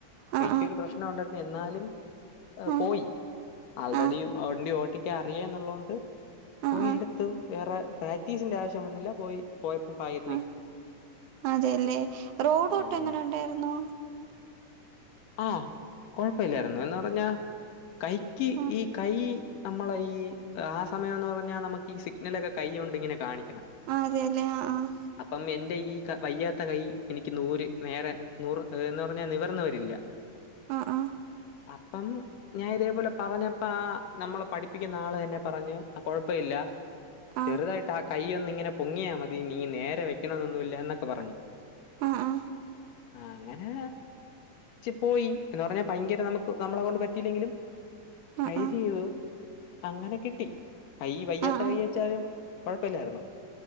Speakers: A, on the right; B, on the left.
A: ആ
B: കൈക്കൊരു
A: ആ
B: പ്രശ്നവുണ്ടായിരുന്നു എന്നാലും
A: ആ
B: പോയി ആൾറെഡി
A: ആ
B: വണ്ടിയോട്ടിക്ക അറിയാന്നുള്ളോണ്ട്
A: ആ
B: പോയിയെടുത്തു
A: ആ
B: വേറെ പ്രാക്ടീസിന്റെ ആവശ്യം വന്നില്ല പോയി പോയപ്പൊ ഭാഗ്യ
A: ആഹ് അതേല്ലേ? റോബോട്ട്
B: ആഹ് അങ്ങനെ.
A: എങ്ങനൊണ്ടായിരുന്നു?
B: ആഹ് കൊഴപ്പല്ലായിരുന്നു എന്ന് പറഞ്ഞാ കൈക്ക്
A: ആ
B: ഈ കൈ നമ്മളയീ ആ സമയന്ന് പറഞ്ഞാ നമുക്ക് ഈ സിഗ്നലൊക്കെ കൈയ്യോണ്ട്ങ്ങനെ കാണിക്കണം.
A: ആ അതേല്ലേ ആഹ്
B: അപ്പം എന്റെ ഈ ക വയ്യാത്ത കൈ എനിക്ക് നൂറ് നേരെ നൂറ്ഏ എന്ന് പറഞ്ഞാ നിവർന്ന വരൂല്ല.
A: ആഹ് ആഹാ
B: അപ്പം ഞാൻ ഇതേപോലെ പറഞ്ഞപ്പാ നമ്മളെ പഠിപ്പിക്കുന്ന ആള് തന്നെ പറഞ്ഞു ആ കൊഴപ്പവില്ല
A: ആ
B: ചെറുതായിട്ട് ആ കൈയ്യൊന്നിങ്ങനെ പൊ ങ്ങിയാ മതി നീ നേരെ വെക്കണന്നൊന്നുല്ല എന്നൊക്കെ പറഞ്ഞു.
A: ആ ആ
B: ആ അങ്ങനെ പോയി എന്ന് പറഞ്ഞ ഭയങ്കര നമുക്ക് നമ്മളെ കൊണ്ട് പറ്റിയില്ലെങ്കിലും ട്രൈ
A: ആ ആ ആ
B: ചെയ്തു അങ്ങനെ കിട്ടി കൈ വയ്യാത്ത
A: ആ ആ
B: കൈ വെച്ചാലും കുഴപ്പമില്ലായിരുന്നു